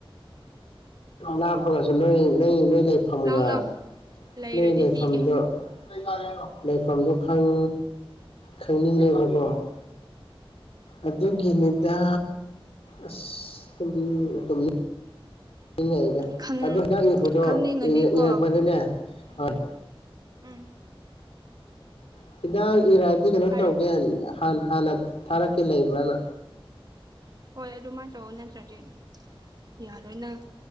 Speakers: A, on the left; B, on the right.
A: ꯂꯥꯞꯄꯒꯁꯨ ꯅꯣꯏ ꯅꯣꯏ ꯅꯣꯏ ꯂꯩ ꯐꯝꯒ
B: ꯂꯥꯛꯑꯣ ꯂꯥꯛꯑꯣ ꯂꯩꯔꯗꯤ
A: ꯅꯣꯢ ꯂꯩꯐꯝꯗꯣ
B: ꯄꯤꯒꯦ
A: ꯀꯩ ꯆꯥꯒꯦ ꯍꯥꯏꯅꯣ ꯂꯩꯐꯝꯗꯣ ꯈꯪ ꯈꯪꯅꯤꯡꯉꯦꯕꯀꯣ ꯀꯩ ꯆꯥꯗꯣꯏꯅꯣ ꯍꯥꯏꯔꯛꯑꯣ ꯑꯗꯨꯒꯤꯅꯦ ꯌꯥ ꯑꯁ ꯇꯨꯝꯅꯤꯡꯒ ꯇꯨꯝꯅꯤꯡꯉꯛꯑꯦꯗ
B: ꯈꯪ
A: ꯑꯗꯣ ꯍꯤꯗꯥꯛ ꯏꯔꯛꯄꯗꯣ
B: ꯈꯪꯅꯤꯡꯉꯗꯤꯀꯣ
A: ꯏꯔꯛ ꯏꯔꯛꯄꯗꯅꯦ
B: ꯎꯝ
A: ꯍꯣꯏ
B: ꯎꯝ
A: <inaudible> ꯍꯤꯗꯥꯛ ꯏꯔꯛꯑꯗꯤ ꯀꯩꯅꯣ
B: ꯍꯥꯏꯔꯣ
A: ꯇꯧꯒꯦ ꯍꯥꯟ ꯍꯥꯟꯅ ꯊꯥꯔꯛꯀꯦ ꯂꯩꯕ꯭ꯔꯅ
B: ꯍꯣꯏ ꯑꯗꯨꯃꯥꯏꯅ ꯇꯧꯋꯣ ꯅꯠꯇ꯭ꯔꯗꯤ ꯌꯥꯔꯣꯏ ꯅꯪ